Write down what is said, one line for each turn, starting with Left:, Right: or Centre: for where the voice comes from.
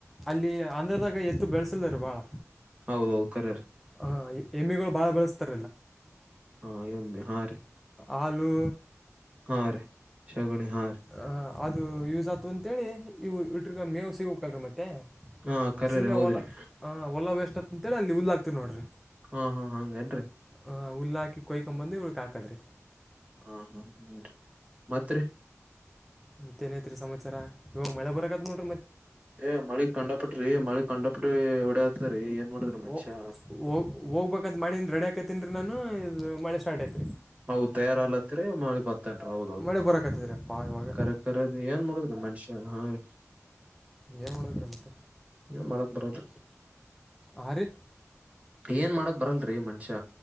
Centre: ಅಲ್ಲಿ ಆಂಧ್ರದಾಗ ಎತ್ತು ಬೆಳಸಿಲ್ಲದರು ಬಾಳ
Right: ಹೌದೌ ಕರರ್
Centre: ಹ ಎಮಿಗಳು ಬಾಳ ಬೆಳಸ್ತಾರೆ
Right: ಹಾ ಎ ಹಾ ರೀ
Centre: ಹಲೂ
Right: ಹಾ ರ ಶಗುಣಿ ಹಾರ
Centre: ಆ, ಅದು ಯೂಸ್ ಆತು ಅಂತೇಳಿ ಇವು ಇಟ್ರಗ ಮೇವು ಸಿಗೋಕಲ್ರಿ ಮತ್ತೆ ಮತ್ತ
Right: ಹಾ ಕರರಿ
Centre: ಸುಮ್ನೆ
Right: ಹೌದ್ರಿ
Centre: ಹೊಲ ಹ ಹೊಲ ವೇಸ್ಟ್ ಅತ್ ಅಂತೇಳಿ ಅಲ್ಲಿ ಉಲ್ಲಾಕ್ತಿರಿ ನೋಡ್ರಿ
Right: ಹಾ ಹಾ ಹಂಗೇನ್ರಿ
Centre: ಹ ಉುಲ್ಲಾಕಿ ಕೊಯ್ಕೊ ಬಂದು ಇಳ್ಕ ಹಾಕದ್ರಿ
Right: ಹಾ ಹ್ಮ್ ಹ್ಮೀ ಮತ್ತತ್ರಿ
Centre: ಅಂತೇನೈತ್ರಿ ಸಮಾಚಾರ ಇವಾಗ ಮಳೆ ಬರಕತ್ ನೋಡಿ
Right: ಏ ಮಳಿಗ್ ಕಂಡಪಟ್ರಿ ಮಳಿಗ್ ಕಂಡಪಟ್ರಿ ಒಡೆ ಆತರಿ ಏನ್ ಮಾಡಿದ್ರಿ ಮನುಷ್ಯ
Centre: ಓ ಹೋಗ ಹೋಗ್ಬೇಕಾದ ಮಳಿಂದ ರೆಡಿ ಆಾಕತಿನ್ ನಾನು ಮಳೆ ಸ್ಟಾರ್ಟ್ ಆಯತಿ
Right: ಹೌದ ತಯಾರಲತ್ತರಿ ಮಿ ಬತನ್ ಹೌದೌದಿ
Centre: ಮಳೆ ಬರಕತ್ತದ್ರಿ ಅಪ್ಪ ಇವಾಗ
Right: ಕರ ಕರದ ಏನ್ ಮಾಡಡಿದ್ ಮನುಷ್ಯ ಹಾ ರೀ
Centre: ಏನು ಮಾಡ್ಬೇಕ್ರಿ ಮತ್ತೆ
Right: ನೀ ಮಾಡಕ್ ಬರಲ್ಲ
Centre: ಹಾಂ ರೀ
Right: ಏನ್ ಮಾಡಕ್ ಬರಲ್ರಿ ಮನುಷ್ಯ